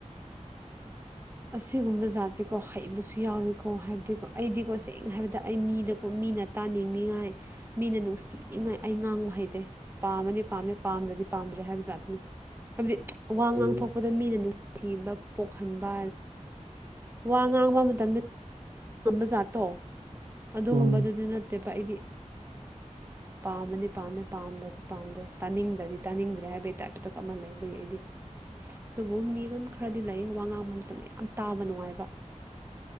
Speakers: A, on the right; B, on the right.
A: ꯑꯁꯤꯒꯨꯝꯕ ꯖꯥꯠꯁꯦꯀꯣ ꯍꯩꯕꯁꯨ ꯌꯥꯎꯋꯦꯀꯣ ꯍꯥꯏꯕꯗꯤꯀꯣ ꯑꯩꯗꯤꯀꯣ ꯁꯦꯡꯅ ꯍꯥꯏꯕꯗ ꯑꯩ ꯃꯤꯗꯀꯣ ꯃꯤꯅ ꯇꯥꯅꯤꯡꯅꯤꯡꯉꯥꯏ ꯃꯤꯅ ꯅꯨꯡꯁꯤꯅꯤꯡꯉꯥꯏ ꯑꯩ ꯉꯥꯡꯕ ꯍꯩꯇꯦ ꯄꯥꯝꯃꯗꯤ ꯄꯥꯝꯃꯦ ꯄꯥꯝꯗ꯭ꯔꯗꯤ ꯄꯥꯝꯗ꯭ꯔꯦ ꯍꯥꯏꯕꯖꯥꯠ ꯑꯗꯨꯅꯤ ꯍꯥꯏꯕꯗꯤ ꯋꯥ
B: ꯎꯝ
A: ꯉꯥꯡꯊꯣꯛꯄꯗ ꯃꯤꯅ ꯅꯨꯡꯁꯤꯕ ꯄꯣꯛꯍꯟꯕ ꯋꯥ ꯉꯥꯡꯕ ꯃꯇꯝꯗ ꯉꯝꯕꯖꯥꯠꯇꯣ ꯑꯗꯨꯒꯨꯝꯕꯗꯨꯗꯤ
B: ꯎꯝ
A: ꯅꯠꯇꯦꯕ ꯑꯩꯗꯤ
B: <inaudible>
A: ꯄꯥꯝꯃꯗꯤ ꯄꯥꯝꯃꯦ ꯄꯥꯝꯗ꯭ꯔꯗꯤ ꯄꯥꯝꯗ꯭ꯔꯦ ꯇꯥꯅꯤꯡꯗ꯭ꯔꯗꯤ ꯇꯥꯅꯤꯡꯗ꯭ꯔꯦ ꯍꯥꯏꯕꯒꯤ ꯇꯥꯏꯞꯇꯨꯇꯗ ꯀ ꯑꯃ ꯂꯩꯕꯒꯤ ꯑꯩꯗꯤ ꯑꯗꯨꯕꯨ ꯃꯤ ꯑꯗꯨꯝ ꯈꯔꯗꯤ ꯂꯩ ꯋꯥ ꯉꯥꯡꯕ ꯃꯇꯝꯗ ꯌꯥꯝ ꯇꯥꯕ ꯅꯨꯡꯉꯥꯏꯕ